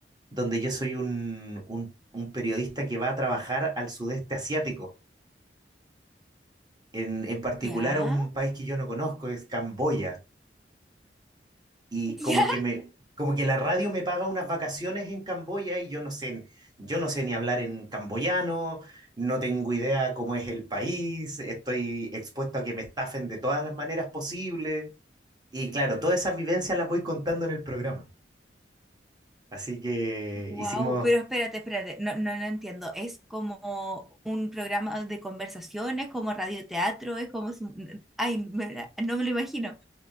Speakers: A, on the right; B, in the centre.
A: donde yo soy un, un- un periodista que va a trabajar al sudeste asiático, en, en particular
B: ¿Ya?
A: a un país que yo no conozco, es Camboya. y
B: <laughs> ¿Ya?
A: como que me, como que la radio me paga unas vacaciones en Camboya y yo no sé, yo no sé ni hablar en camboyano, no tengo idea cómo es el país, estoy expuesto a que me estafen de todas las maneras posibles. Y claro, todas esas vivencias las voy contando en el programa. Así que
B: Wow,
A: hicimos
B: pero espérate, espérate. No, no, no entiendo. ¿Es como un programa de conversaciones, como radioteatro? Es como... si- Ay, me- no me lo imagino.